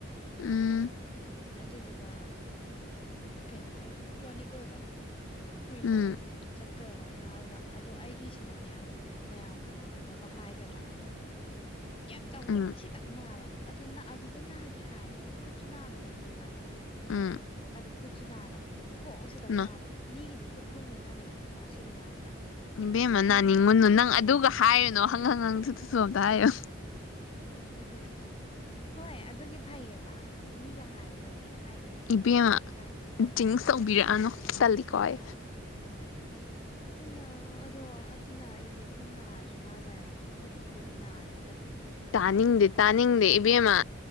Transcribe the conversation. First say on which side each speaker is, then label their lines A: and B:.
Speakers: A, on the left; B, on the left.
A: ꯎꯝ
B: ꯑꯗꯨꯗꯨꯒ ꯀꯩꯅꯣ ꯑꯣꯏꯕ ꯀ꯭ꯔꯣꯅꯤꯛ ꯑꯣꯏꯕ ꯀꯨꯏꯅ
A: ꯎꯝ
B: ꯑꯗꯨꯝ ꯆꯠ ꯆꯠꯀꯗꯕ ꯂꯥꯏꯅꯥ ꯑꯣꯏꯕ ꯑꯗꯣ ꯑꯩꯒꯤꯁꯤꯅꯅꯦ ꯑꯃꯨꯛꯅꯦ ꯃꯌꯥꯝꯒ ꯃꯥꯟꯅꯗꯕ ꯍꯥꯏꯒꯗ꯭ꯔꯥ ꯀꯩꯝ ꯇꯧꯗꯕ
A: ꯎꯝ
B: ꯑꯁꯤꯇꯪ ꯅꯥꯕ ꯑꯗꯨ ꯑꯗꯨꯗ ꯅꯥꯒꯦ ꯍꯥꯏꯔꯒꯗꯤ ꯈꯨꯠꯁꯨ ꯅꯥꯒꯗꯕꯅꯦꯕ
A: ꯎꯝ
B: ꯑꯗꯣ ꯈꯨꯠꯁꯨ ꯅꯥꯗꯕ ꯈꯣꯛꯎ ꯈꯤꯇꯪ
A: ꯃꯥ
B: ꯅꯥꯕ ꯃꯤꯒꯤꯗꯤ ꯈꯨꯠꯈꯣꯡ ꯂꯅꯥꯟꯅꯩꯌꯦꯕꯀꯣ ꯑꯁꯤ ꯂꯥꯏꯅꯥꯁꯤꯗ
A: ꯏꯕꯦꯝꯃꯅꯥ
B: ꯑꯩꯒꯤꯁꯤꯅ
A: ꯅꯤꯡꯉꯨꯟꯅꯨ ꯅꯪ ꯑꯗꯨꯒ
B: ꯈꯨꯠꯁꯨ ꯅꯥ
A: ꯍꯥꯏꯔꯤꯨꯅꯣ ꯑꯪ ꯍꯪꯉꯪꯁꯨꯗꯁꯨ ꯑꯝꯇ ꯍꯥꯏꯌꯨ
B: ꯨ ꯇꯨ ꯍꯣꯏ ꯑꯗꯨꯒꯤ ꯐꯩꯌꯦꯕ ꯃꯤꯒ ꯍꯥꯏꯔꯒꯗꯤ ꯍꯥꯏꯗꯤ
A: ꯏꯕꯦꯝꯃ
B: ꯃꯤ ꯀꯥꯏꯗꯒꯤ ꯌꯥꯝꯅ
A: ꯆꯤꯡꯁ ꯇꯧꯕꯤꯔꯛꯑꯅꯣ ꯆꯜꯂꯤꯀꯣꯏ
B: ꯑꯗꯨꯅ ꯑꯗꯣ ꯑꯗꯨꯅ ꯑꯩꯁꯦ ꯈꯣꯡ ꯅꯥꯔꯁꯨ ꯅꯥꯖꯔꯒꯦ ꯈꯨꯠ ꯐꯥꯎꯗꯤ ꯅꯥꯔꯛ
A: ꯇꯥꯅꯤꯡꯗꯦ ꯇꯥꯅꯤꯡꯗꯦ ꯏꯕꯦꯝꯃ